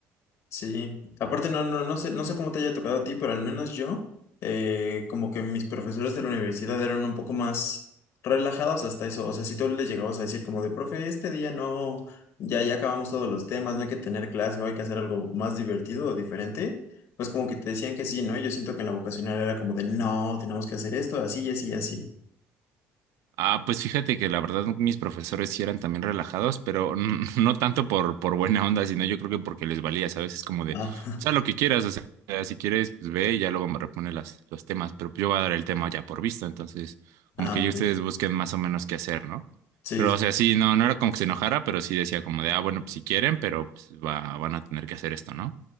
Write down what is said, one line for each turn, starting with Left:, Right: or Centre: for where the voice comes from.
Left: Sí, aparte no, no, no sé, no sé cómo te haya tocado a ti, pero al menos yo, eh, como que mis profesores de la universidad eran un poco más relajados hasta eso. O sea, si tú les llegabas a decir como de, profe, este día no, ya, ya acabamos todos los temas, no hay que tener clase o hay que hacer algo más divertido o diferente, pues como que te decían que sí, ¿no? Y yo siento que en la vocacional era como de, no, tenemos que hacer esto, así y así y así.
Right: Ah, pues fíjate que la verdad mis profesores sí eran también relajados, pero n- <laughs> no tanto por, por buena onda, sino yo creo que porque les valía, ¿sabes? Es como de,
Left: Ah,
Right: pues haz lo que quieras, o sea, si quieres, pues ve y ya luego me repone las, los temas, pero yo voy a dar el tema ya por visto, entonces como
Left: ah,
Right: que
Left: ok.
Right: ya ustedes busquen más o menos qué hacer, ¿no?
Left: Sí,
Right: Pero
Left: sí.
Right: o sea, sí, no, no era como que se enojara, pero sí decía como de, ah, bueno, pues si quieren, pero pues va, van a tener que hacer esto, ¿no?